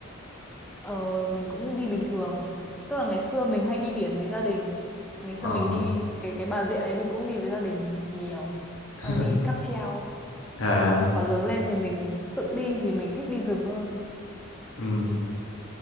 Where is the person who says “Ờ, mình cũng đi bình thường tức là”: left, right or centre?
Centre